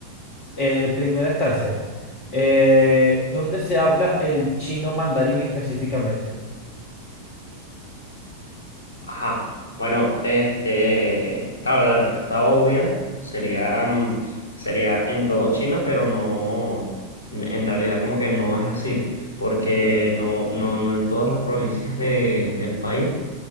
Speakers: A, on the left; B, on the left.
A: En primera instancia, eh, ¿dónde se habla el chino mandarín específicamente?
B: Ajá. Bueno, este, claro, la respuesta obvia sería, mm, sería en todo China, pero no, n- en realidad como que no es así, porque no, no, no en todas las provincias de, del país